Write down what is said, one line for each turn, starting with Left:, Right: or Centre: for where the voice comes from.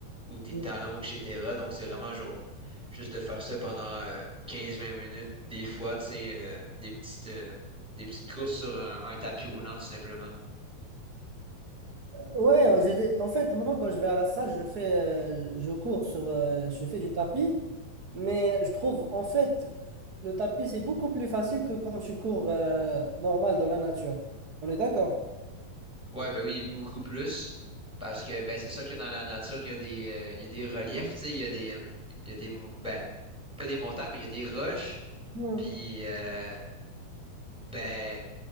Centre: ou tes
Right: Euh,
Centre: talons, etc. Donc, c'est vraiment genre, juste de faire ça pendant euh, 15-20 minutes, des fois, tu sais, euh, des petites, euh, des petites courses sur un, un tapis roulant, tout simplement.
Right: Ouais, euh, j'ai des- en fait, moi, quand je vais à la salle, je fais, euh, je je cours sur, euh, je fais du tapis, mais je trouve, en fait, euh, le tapis, c'est beaucoup plus facile que quand tu cours, euh, normal dans la nature. On est d'accord?
Centre: Ouais, ben oui, beaucoup plus, parce que, ben, c'est sûr que dans la nature, il y a des, euh, il y a des reliefs, tu sais, il y a des, euh, il y a des, ben, pas des montagnes, mais il y a des roches,
Right: Hmm.
Centre: puis, euh, ben,